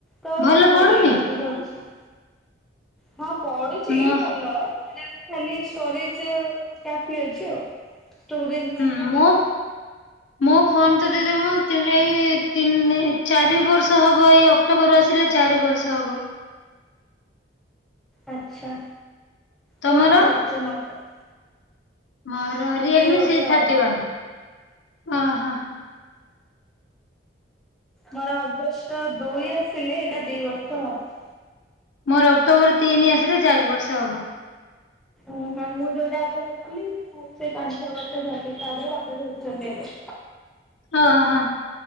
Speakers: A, in the centre; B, on the left.
A: ତୋର
B: ଭଲ
A: କୋଉ ମଡେଲ
B: ପଡୁନି
A: ଟା ତୁ ଧରୁଛୁ? ହଁ ପଡୁଛି
B: ମୋ
A: ଭଲ ଏଇଟା ଖାଲି ଷ୍ଟୋରେଜ କାଫି ଅଛି ଆଉ ଷ୍ଟୋରେଜ ପାଇଁ
B: ହୁଁ
A: ଭଲ
B: ମୋ
A: ଆଉ
B: ମୋ ଫୋନ ତ ଦିଦି ମୁଁ ଣ ଏଇ ତିନି ଚାରି ବର୍ଷ ହବ ଏଇ ଅକ୍ଟୋବରରୁ ଆସିଲେ ଚାରି ବର୍ଷ ହବ।
A: ଆଛା
B: ତମର?
A: କଣ ଧରୁଛୁ ମୋଡେଲ?
B: ମୋର ରିୟଲିମ୍
A: ବର୍ଷ
B: ସି Thirty
A: ହବ।
B: one. ଓ ହଁ।
A: ମୋର ଅଗଷ୍ଟ ଦୁଇ ଆସିଲେ ଏଇଟା ଦି ବର୍ଷ ହବ।
B: ମୋର ଅକ୍ଟୋବର ତିନି ଆସିଲେ ଚାରି ବର୍ଷ ହବ।
A: ଓହଁ ମୁଁ ଯୋଉଟା ଆଗରୁ ଧରିଥଲି ମୁଁ ସେଇ ପାଞ୍ଚ ଛ ବର୍ଷ। ଭ ତାପରେ ବାବା ଧରୁଛନ୍ତି ଏଵେ।
B: ହଁ ହଁ।